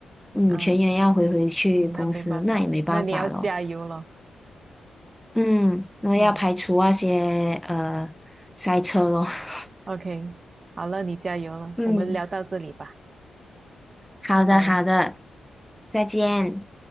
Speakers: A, in the centre; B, on the right (about 30°).
A: 嗯，
B: 啊。
A: 全员要回回去公司，
B: 嗯，那没办法，
A: 那也没办法咯。
B: 那你要加油了。
A: 嗯，那要排除那些呃塞车咯。
B: 嗯
A: <laughs>
B: ，OK，好了，你加油了，
A: 嗯。
B: 我们聊到这里吧，
A: 好的，
B: 拜拜。
A: 好的，再见。